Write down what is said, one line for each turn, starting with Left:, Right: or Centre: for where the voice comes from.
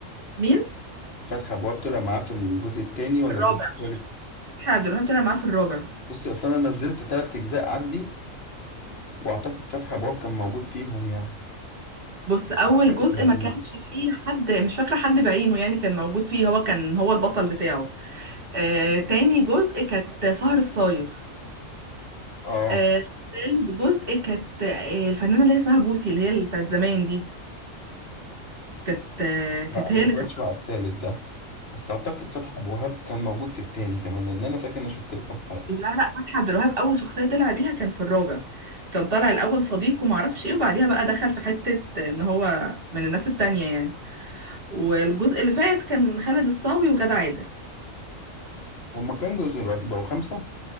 Right: مين
Left: فتحي أبو وهاب طلع معاه في الجزء التاني ولا
Right: الرابع
Left: الجزء التالت؟
Right: فتحي عبد الوهاب طلع معاه في الرابع
Left: بصي أصل أنا نزلت تلات أجزاء عندي وأعتقد فتحي أبو وهاب كان موجود فيهم يعني
Right: بص اول
Left: التالت
Right: جزء
Left: موجود
Right: ما كانش فيه حد مش فاكره حد بعينه يعني كان موجود فيه هو كان هو البطل بتاعه آه، تاني جزء كانت سهر الصايغ
Left: آه
Right: آه، تالت جزء كانت آه، الفنانة اللي هي اسمها بوسي اللي هي اللي بتاعت زمان دي كانت آه، كانت
Left: لا أنا
Right: هي
Left: ما اتفرجتش
Right: اللي كانت
Left: بقى على التالت ده بس أعتقد فتحي أبو وهاب كان موجود في التاني كمان لأن أنا فاكر إن أنا شفت له كام حلقة
Right: لا لا فتحي عبد الوهاب أول شخصية طلع بيها كان في الرابع كان طالع الأول صديق ومعرفش ايه وبعديها بقى دخل في حتة إن هو من الناس التانية يعني والجزء اللي فات كان خالد الصاوي وغادة عادل
Left: هما كام جزء دلوقتي بقوا خمسة؟